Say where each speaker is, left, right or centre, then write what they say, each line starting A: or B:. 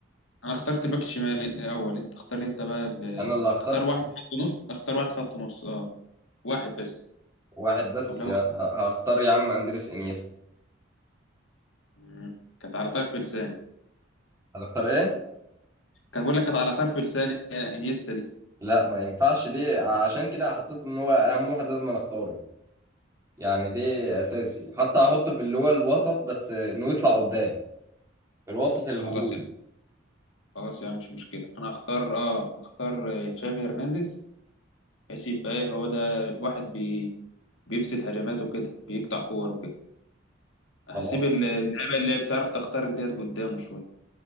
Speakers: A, on the left; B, on the right.
A: انا اخترت الباك الشمال الاول انت اختار انت بقى ال...
B: أنا اللي هختار
A: اختار واحد خط نص اختار واحد خط نص اه واحد بس
B: واحد بس
A: ولا
B: يا
A: واحد
B: هختار يا عم أندريس إنيستا
A: مم. كانت على طرف لساني
B: هتختار إيه؟
A: كان بقول لك كانت على طرف لساني يا انيستا دي
B: لا ما ينفعش دي عشان كده حطيته إن هو أهم واحد لازم أنا أختاره يعني دي أساسي حتى هحطه في اللي هو الوسط بس إنه يطلع قدام الوسط الهجوم
A: خلاص خلاص يا عم مش مشكله انا هختار اه هختار آه، تشافي هرنانديز هيسيب بقى إيه، هو ده الواحد بي بيفسد هجماته كده بيقطع كور وكده هسيب
B: خلاص
A: ال- اللعيبه اللي بتعرف تخترق ديت قدامه شويه